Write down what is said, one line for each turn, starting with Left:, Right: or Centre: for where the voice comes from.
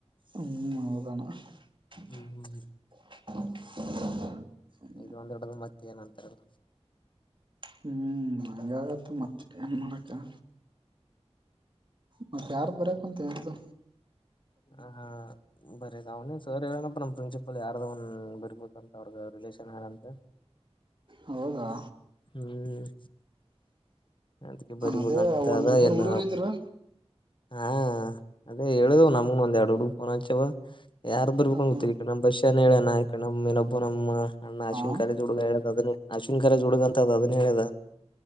Right: ಹ್ಮ್ ಹೋಗಣ <unintelligible>
Left: ಹ್ಮ್ ಹ್ಮ್ ಇದೊಂದ್ ಇಡ್ ಮತ್ತೆ ಏನ ಅಂತಲ್ಲ.
Right: ಹ್ಮ್ ಹಂಗೆ ಆಗುತ್ ಮತ್ತೆ ಏನ್ ಮಾಡೋಕ್ಕ. ಮತ್ತ ಯಾರ ಬರ ಕೊಂತ ಯಾರದು.
Left: ಹ ಹಾ. ಬರೇ ಕಣಿ ಸರ್ ಹೇಳನಪ್ಪ ನಮ್ಮ ಪ್ರಿನ್ಸಿಪಲ್ ಯಾರ್ದ ಒನ್ ಬರ್ಬಂತ ಅವ್ರ ರಿಲೇಷನ್ ಹೇಳಂತ.
Right: ಹೌದಾ.
Left: ಹ್ಮ್ ಅದಕ್ಕೆ ಬರಿಬೇಕಂತ
Right: ಅದೇ ಒಂದಿಬ್ಬರು
Left: ಅದ ಏನ್
Right: ಹುಡುಗ್ರು ಇದ್ರು.
Left: ಹಾ ಅದೇ ಹೇಳುದ ನಮ್ಗ ಒಂದ ಎರಡು ಹುಡುಗ ಪೋನಚವಾ. ಯಾರು ಬರ್ಕು
Right: ಹ
Left: ಗತ್ತೀರಿ
Right: ಹಾ
Left: ಈ ನಮ್ ದಶನ್ ಹೇಳೇನ ನಯಕ ನಮ್ಮ ನಬ್ಬ ನಮ್ಮ. ಅಣ್ಣ ಅಶ್ವಿನ
Right: ಹಾ
Left: ಕಾಲೇಜ್ ಹುಡ್ಗ ಹೇಳದ ಅದೇ ಅಶ್ವಿನ ಕಾಲೇಜ್ ಹುಡ್ಗ ಅಂತ ಅ ಅದೇ ಹೇಳಿದ.